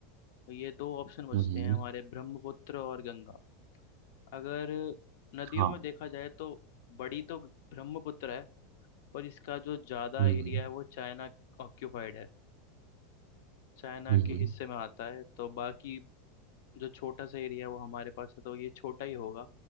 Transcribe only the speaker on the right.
हम्म
हाँ
हम्म
हम्म